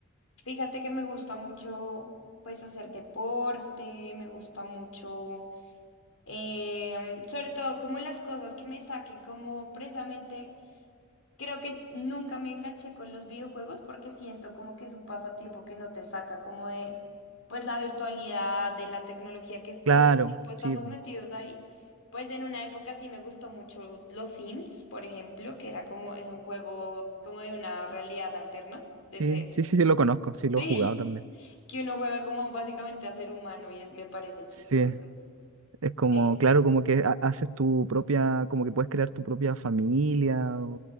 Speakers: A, on the left (about 70°); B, on the right (about 70°).
A: fíjate que me gusta mucho pues hacer deporte, me gusta mucho, em, sobre todo como las cosas que me saquen como precisamente Creo que nunca me enganché con los videojuegos porque siento como que es un pasatiempo que no te saca como de pues la virtualidad, de la tecnología que es-
B: Claro,
A: todo el tiempo estamos
B: sí,
A: metidos ahí. Pues en una época sí me gustó mucho los Sims, por ejemplo, que era como es un juego como de una realidad alterna, desde
B: sí, sí, sí, sí, lo conozco,
A: <laughs>
B: sí, lo
A: sí,
B: he jugado también.
A: que uno juega como básicamente a ser humano y es me parece chistoso.
B: Sí,
A: eso.
B: es como,
A: Eh,
B: claro, como que ha- haces tu propia, como que puedes crear tu propia familia